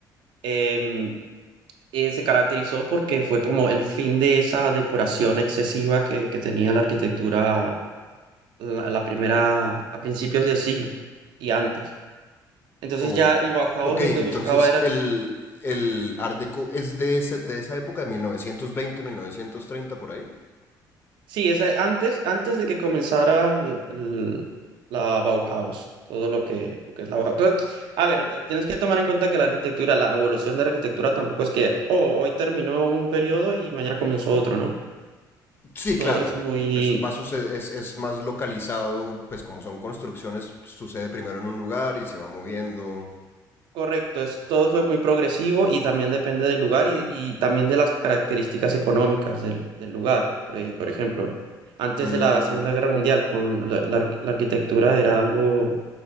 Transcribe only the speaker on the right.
em, eh, se caracterizó porque fue como el fin de esa decoración excesiva que, que tenía la arquitectura la, la primera, a principios del siglo y antes. Entonces
ya el Bauhaus
lo
que buscaba era
Sí, es eh, antes, antes de que comenzara el- el- la Bauhaus, todo lo que, lo que es la Bauhaus. Pero, a ver, t- tienes que tomar en cuenta que la arquitectura, la evolución de la arquitectura tampoco es que, oh, hoy terminó un periodo y mañana comenzó otro, ¿no?
Todo
es muy
correcto, es, todo fue muy progresivo y también depende del lugar y, y también de las características económicas del, del lugar. Eh, por ejemplo, antes
de la Segunda Guerra Mundial, con la la arqu- la arquitectura era algo